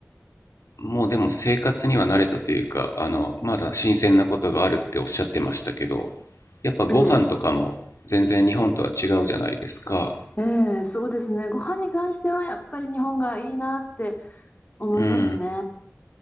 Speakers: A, on the left; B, on the left.
A: もうでも生活には慣れたというか、あの、まだ新鮮なことがあるっておっしゃってましたけど、やっぱご飯とかも全然日本とは違うじゃないですか。
B: ええ、ええ、そうですね。ご飯に関してはやっぱり日本がいいなって思いますね。
A: うん。